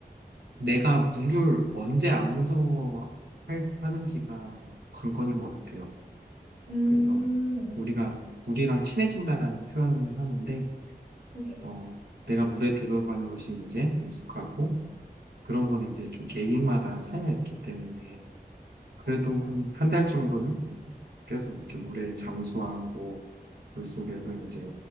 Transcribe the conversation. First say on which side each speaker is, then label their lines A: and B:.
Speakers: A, on the right (about 85°); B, on the right (about 55°).
A: 내가 물을 언제 안 무서워 할- 하는지가 관건인 것 같아요.
B: 음,
A: 그래서 우리가 물이랑 친해진다라는 표현을 하는데,
B: 네.
A: 어, 내가 물에 들어가는 것이 이제 익숙하고, 그런 거는 이제 좀 개인마다 차이가 있기 때문에, 그래도
B: 어,
A: 한 한 달 정도는 계속 이렇게 물에 잠수하고 물속에서 이제